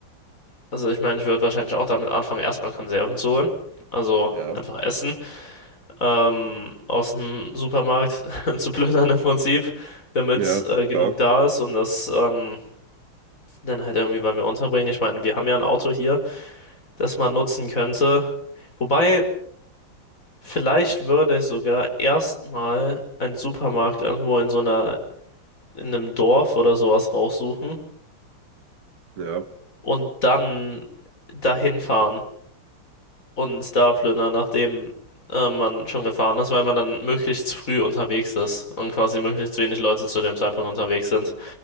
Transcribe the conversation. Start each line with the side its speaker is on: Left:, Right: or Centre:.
Left: also ich meine, ich würde wahrscheinlich auch damit anfangen, erstmal Konserven zu holen. Also
Right: Ja.
Left: einfach essen. Ähm, aus dem Supermarkt <laughs> zu plündern im Prinzip, damit
Right: Ja,
Left: äh, genug
Right: klar.
Left: da ist und das ähm, dann halt irgendwie bei mir unterbringen. Ich meine, wir haben ja ein Auto hier, das man nutzen könnte. Wobei. Vielleicht würde ich sogar erstmal einen Supermarkt irgendwo in so einer, in einem Dorf oder sowas raussuchen
Right: Ja.
Left: und dann dahin fahren und da plündern, nachdem äh, man schon gefahren ist, weil man dann möglichst früh unterwegs ist und quasi möglichst wenig Leute zu dem Zeitpunkt unterwegs sind.